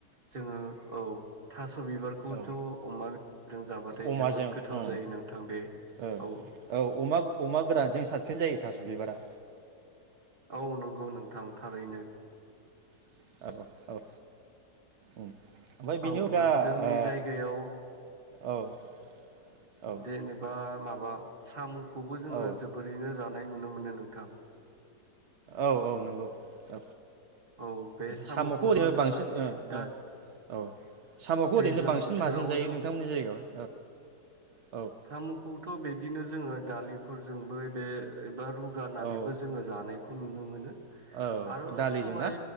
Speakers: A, on the right; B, on the right.
A: जोङो औ सबिबारखौथ'
B: औ
A: अमा बेरजों जाबाथाय
B: अमाजों
A: जोबोद गोथाव
B: औ
A: जायो नोंथां बे
B: औ
A: औ
B: अमा अमा गोरानजों साबसिन जायो थास' बिबारा
A: औ नंगौ नोंथां थारैनो
B: औ औ औ ओमफ्राय बेनि
A: औ
B: अनगा
A: जोंनि
B: आ
A: जायगायाव
B: औ औ औ
A: जेनेबा माबा साम' खौबो जोङो
B: औ
A: जोबोरैनो ज नुनो मोनो नोंथां
B: औ औ नंगौ औ
A: औ बे साम'खौथ'
B: साम'खौ ओरैनो
A: जोङो
B: बांसिन ओ
A: दा
B: ओ ओ साम'खौ
A: दैज्लां
B: ओरैनो बांसिन
A: बोथोराव
B: माजों जायो
A: जों
B: नोंथांमोननि जायगायावहाय औ
A: सामखौथ' बे बिदिनो जोङो दालिफोरजोंबो बे बा रुगारनानैबो
B: औ
A: जोङो जानाय खौ नुनो मोनो
B: औ
A: आरो
B: दालिजों
A: सबाय
B: ना